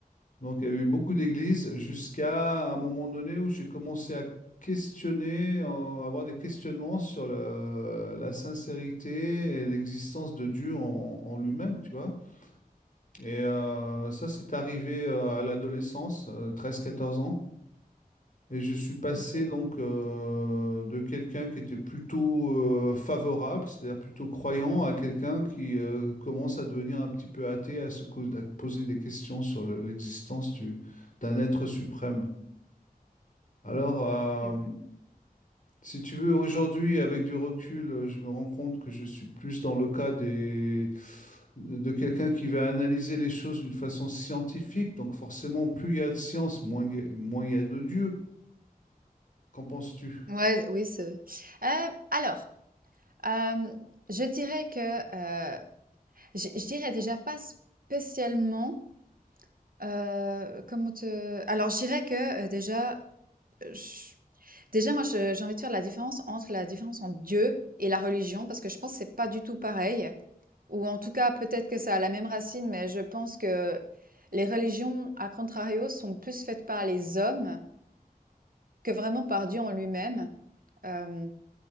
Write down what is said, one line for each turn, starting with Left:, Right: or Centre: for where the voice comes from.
Left: Donc, il y a eu beaucoup d'églises jusqu'à un moment donné où j'ai commencé à questionner, euh, avoir des questionnements sur le- la sincérité et l'existence de Dieu en, en lui-même, tu vois. Et euh, ça, c'est arrivé euh, à l'adolescence, 13-14 ans. Et je suis passé
Right: OK.
Left: donc euh, de quelqu'un qui était plutôt euh, favorable, c'est-à-dire plutôt croyant, à quelqu'un qui euh, commence à devenir un petit peu athée, à se cau- à poser des questions sur le- l'existence du- d'un être suprême. Alors, euh,
Right: Hem
Left: si tu veux, aujourd'hui, avec du recul, euh, je me rends compte que je suis plus dans le cas des, de de quelqu'un qui va analyser les choses d'une façon scientifique. Donc forcément, plus il y a de science, moins il y a, moins il y a de Dieu. Qu'en penses-tu?
Right: Ouais, Ouais, oui, c'est heu, alors, hem, je dirais que, heu, je je dirais déjà pas spécialement, heu, comment te alors je dirais que, heu, déjà Heu, déjà moi je j'ai envie de faire la différence entre la différence entre Dieu et la religion parce que je pense que c'est pas du tout pareil ou en tout cas peut-être que ça a la même racine, mais je pense que les religions à contrario sont plus faites par les hommes que vraiment par Dieu en lui-même. Hem,